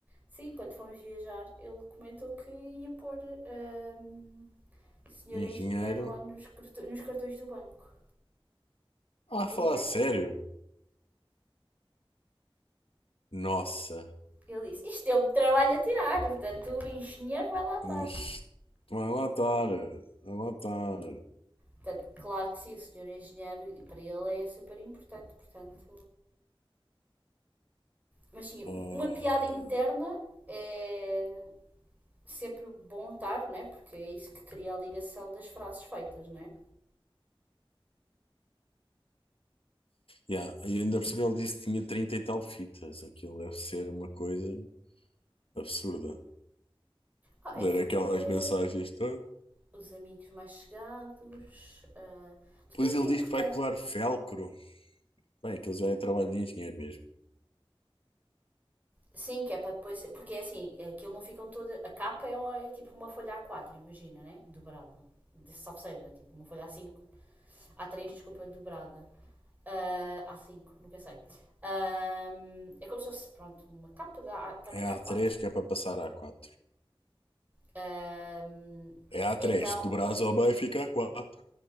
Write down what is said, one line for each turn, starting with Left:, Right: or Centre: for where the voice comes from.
Right: Sim, quando fomos viajar, ele comentou que ia pôr hum, senhor
Left: Engenheiro.
Right: engenheiro lá nos, cartões, nos cartões do banco.
Left: Ah, a falar
Right: E, não
Left: sério.
Right: é
Left: Nossa.
Right: ele disse, isto deu-me trabalho a tirar, portanto o engenheiro vai lá estar.
Left: Ux, Vai lá estar. Vai lá estar.
Right: Portanto, claro que sim, o senhor engenheiro, e para ele é super importante, portanto... Mas sim,
Left: Oh,
Right: uma piada interna é sempre bom estar, né? Porque é isso que cria a ligação das frases feitas, né?
Left: yeah. E ainda por cima ele disse que tinha trinta e tal fitas. Aquilo deve ser uma coisa absurda.
Right: Ah,
Left: Ler
Right: é família,
Left: aquelas mensagens todas.
Right: os amigos mais chegados. ah, depende
Left: Pois ele
Right: da importância.
Left: diz que vai colar felcro. Bem, aquilo já é trabalho de engenheiro mesmo.
Right: Sim, que é para depois. Porque é assim, aquilo não ficam toda. A capa é, uma- é tipo uma folha A4, imagina, né? Dobrada. De- Salvo seja, tipo uma folha A5. a três desculpa, dobrada. Ah, a cinco nunca sei. Ahm, é como se fosse, pronto, uma capa da também A- tamanho
Left: É
Right: A4.
Left: a três que é para passar a A4.
Right: Ahm,
Left: É a três
Right: então,
Left: Do Brasil ao meio fica a quatro.